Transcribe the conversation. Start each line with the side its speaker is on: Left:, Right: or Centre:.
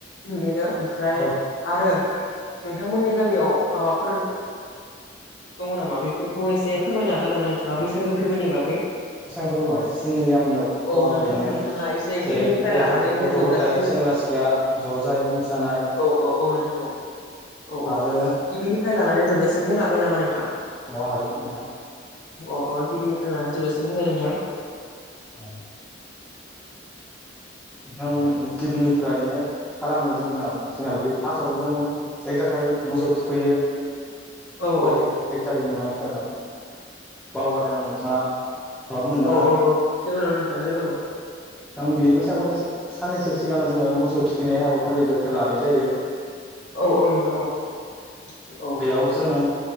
Left: बेनो ओमफ्राय
Centre: अ
Left: आरो नोंथांमोननि गामियाव माबाफोर दङ नामा बेफोरखौ एसे फोरमायनो हागोन नामा नोंथाङा बैसागु फोरबोनि बागै?
Centre: <unintelligible> जोंनि गामियावथ'
Left: औ
Centre: ओरैनो
Left: नोंथां नोंथाङा एसे
Centre: जेरै
Left: गिबिनिफ्राय
Centre: गथ'
Left: लानानै एसे
Centre: गथ'
Left: जोबजासिम
Centre: गथाइ सें ग्रा सिख्ला ज' जाय मोसानाय
Left: औ औ औ नोंथां औ औ औ
Centre: आरो
Left: गिबिनिफ्राय लानानै जोबजासिम बुंनो हागोन नामा नोंथाङा?
Centre: अ हागोन नोंथां
Left: अ अ गिबिनिफ्राय लानानै जोबजासिम बुंनाय नोंथां
Centre: औ आं गिबिनिफ्रायनो खालामो जोंना जोंना बे फास्टआव जों एकथार खालि मोसौ थुखैयो।
Left: औ
Centre: अ
Left: औ
Centre: एक एक थारिख नङा एक थारिख नङा बावगारदों आं नोंथाङा माबा मोननाङा
Left: औ औ औ जेबो नङा नोंथां जेबो नङा
Centre: जों बिनि बैसागुनि साननैसो सिगां जोङो मोसौ थुखैनाय हाबाफारिखो लानाय जायो।
Left: औ औ नोंथां औ औ
Centre: बेयाव जोङो